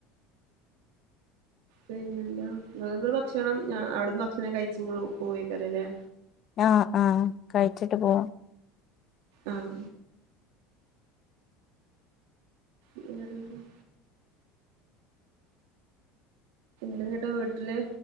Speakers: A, on the right (about 80°); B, on the left (about 40°).
A: പിന്നെന്താ, നിങ്ങള് ഭക്ഷണം അവിടുന്ന് ഭക്ഷണം കഴിച്ചു ഇങ്ങള് പോവയ്ക്കാരല്ലേ?
B: ആഹ ആഹ കഴിച്ചിട്ട് പോവും.
A: ആഹ. വേറെൻത് <unintelligible> നിങ്ങടെ വീട്ടില്